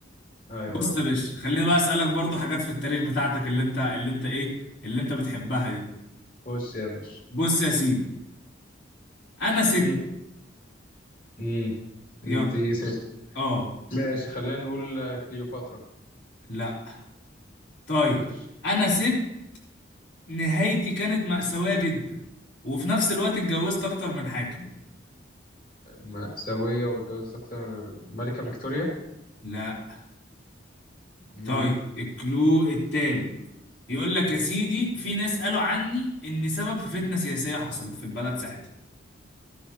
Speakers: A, on the left; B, on the left.
A: ايوه
B: بص
A: يابا
B: يا باشا خليني بقى اسالك برضه حاجات في التاريخ بتاعتك اللي انت اللي انت ايه اللي انت بتحبها دي
A: خش يا باشا
B: بص يا سيدي انا ست
A: مم. مم. انت
B: يلا
A: ست
B: اه
A: ماشي خلينا نقول آه، كليوباترا
B: لا طيب
A: ماشي
B: انا ست نهايتي كانت مأساوية جدا وفي نفس الوقت اتجوزت اكتر من حاكم
A: مأساوية واتجوزت أكتر ملكة فيكتوريا
B: لا
A: مم.
B: طيب الكلو التالت يقول لك يا سيدي في ناس قالوا عني ان سبب في فتنة سياسية حصلت في البلد ساعتها